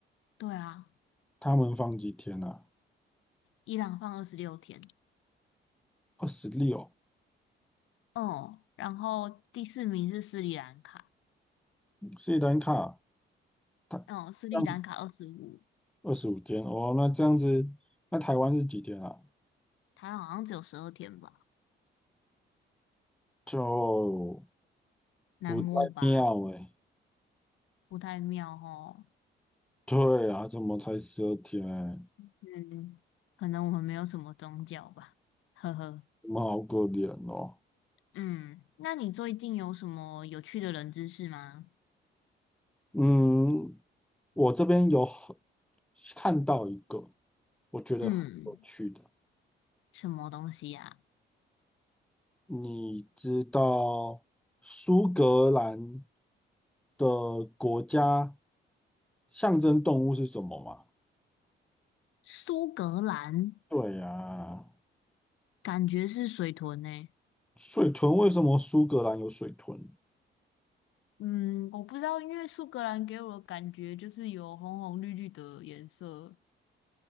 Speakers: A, on the left (about 90°); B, in the centre.
A: 对啊，
B: 他们放几天啊？
A: 伊朗放二十六天。
B: 二十六。
A: 哦，然后第四名是斯里兰卡，
B: 斯里兰卡，他
A: 哦，斯里兰卡二十五，
B: 这样二十五天哦，那这样子，那台湾是几天啊？
A: 它好像只有十二天吧，
B: 就
A: 南欧吧，
B: 不太妙哎、
A: 不太妙哦。
B: 对啊，怎么才十二天？
A: 嗯，可能我们没有什么宗教吧，呵呵。
B: 们好可怜哦。
A: 嗯，那你最近有什么有趣的冷知识吗？
B: 嗯，我这边有很看到一个，我觉得很有趣的。
A: 嗯，什么东西呀、
B: 你知道苏格兰的国家象征动物是什么吗？
A: 苏格兰
B: 对呀，
A: 感觉是水豚呢、
B: 水豚。为什么苏格兰有水豚？
A: 嗯，我不知道，因为苏格兰给我的感觉就是有红红绿绿的颜色，